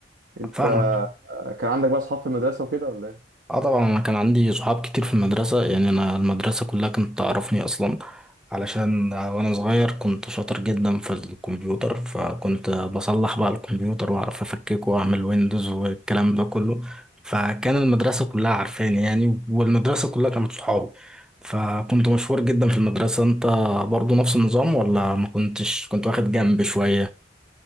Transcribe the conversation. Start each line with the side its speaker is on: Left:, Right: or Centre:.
Right: انت
Centre: فاهمك
Right: كان عندك بقى اصحاب في المدرسه وكده ولا
Centre: اه طبعا انا كان عندي صحاب كتير في المدرسة يعني انا المدرسة كلها كانت تعرفني اصلا علشان وانا صغير كنت شاطر جدا في الكمبيوتر فكنت بصلح بقى الكمبيوتر واعرف افككه واعمل ويندوز والكلام ده كله فكان المدرسة كلها عارفاني يعني والمدرسة كلها كانت صحابي فكنت
Right: ايه
Centre: مشهور جدا في المدرسة انت برضو نفس النظام ولا ما كنتش كنت واخد جنب شوية